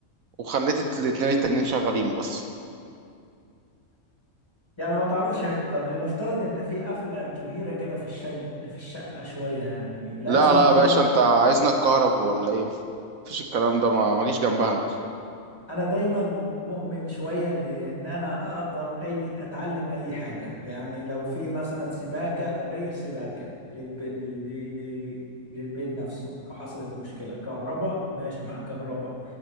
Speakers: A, on the right; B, on the left.
A: وخليت الاتنين التانيين شغالين بس
B: يعني ما تعرفش طب لنفترض ان في قفلة كبيرة كده في الشق في الشقة شوية يعني لازم
A: لا لا
B: كده
A: يا باشا انت عايزنا الكهرب ولا ايه مفيش الكلام ده ما ما جيش جنبها انا دي
B: انا دايما مؤمن شوية بان انا اقدر اي اتعلم اي حاجة يعني لو في مثلا سباكة اغير سباكة للبي... لل... لل... للبيت نفسه او حصلت مشكلة كهرباء ماشي معاك كهرباء